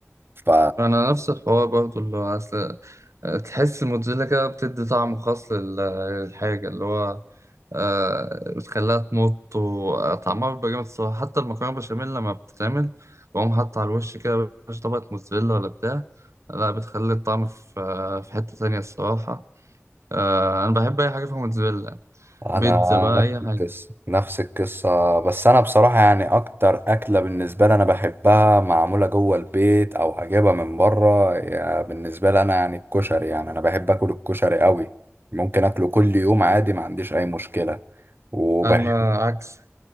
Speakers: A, on the right; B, on the right.
A: ف
B: انا نفس الحوار برضه اللي هو اصل تحس الموتزاريلا كده بتدي طعم خاص لل- للحاجة اللي هو آه، بتخليها تمط وطعمها بيبقى جامد الصراحة حتى المكرونة بشاميل لما بتتعمل بقوم حاطط على الوش كده مش طبقة موتزاريلا ولا بتاع لا بتخلي الطعم في آه، في حتة تانية الصراحة آه، أنا بحب أي حاجة فيها موتزاريلا
A: انا
B: بيتزا بقى
A: نفس
B: أي حاجة
A: القصه نفس القصه بس انا بصراحه يعني اكتر اكله بالنسبه لي انا بحبها معموله جوه البيت او هجيبها من بره يعني بالنسبه لي انا يعني الكشري يعني انا بحب اكل الكشري قوي ممكن اكله كل يوم عادي ما عنديش اي مشكله وبحب
B: أنا عكسك